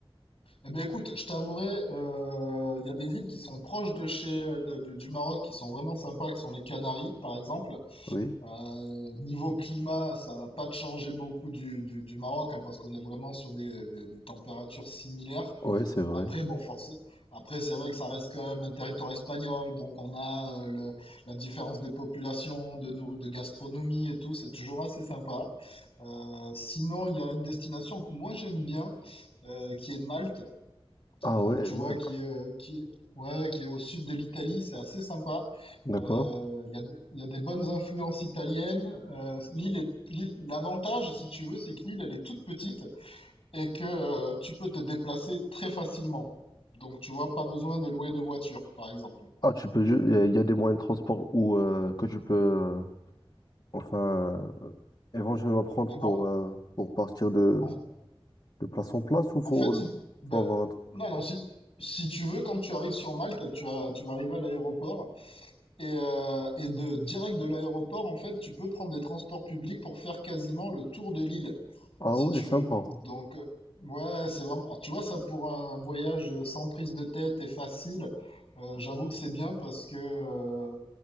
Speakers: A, on the left; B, on the left.
A: Eh ben écoute, je t'avouerai, euh, il y a des îles qui sont proches de chez, de- du, du Maroc, qui sont vraiment sympas, qui sont les Canaries, par exemple.
B: Oui,
A: Euh, niveau climat, ça va pas te changer beaucoup du, du, du Maroc, hein, parce qu'on est vraiment sur des, des, des températures similaires.
B: ouais, c'est vrai.
A: Après, bon, forcément, après, c'est vrai que ça reste quand même un territoire espagnol, donc on a euh, le- la différence de population, de, nourri- de gastronomie et tout, c'est toujours assez sympa. Euh, sinon, il y a une destination que moi j'aime bien euh, qui est Malte.
B: Ah
A: Donc,
B: ouais,
A: tu
B: Malte,
A: vois, qui est, qui est- ouais, qui est au sud de l'Italie, c'est assez sympa.
B: d'accord.
A: Euh, Il y a, de- il y a des bonnes influences italiennes. Euh, l'île est, l'île- l'avantage, si tu veux, c'est que l'île, elle est toute petite et que euh, tu peux te déplacer très facilement. Donc, tu vois, pas besoin de louer de voiture, par exemple.
B: Ah, tu peux, il y, a y a des moyens de transport où euh, que tu peux, euh, enfin. Éventuellement prendre
A: Eh
B: pour,
A: ben,
B: euh, pour partir de,
A: en,
B: de place en place ou faut,
A: en fait, si, ben,
B: faut avoir un truc.
A: non, non, si, si tu veux, quand tu arrives sur Malte, tu as, tu vas arriver à l'aéroport Et, euh, et de direct de l'aéroport, en fait, tu peux prendre des transports publics pour faire quasiment le tour de l'île,
B: Ah
A: si
B: ouais,
A: tu
B: sympa.
A: veux. Donc, euh, ouais, c'est vraiment. alors, tu vois, ça pour un voyage sans prise de tête et facile, euh, j'avoue que c'est bien parce que, euh,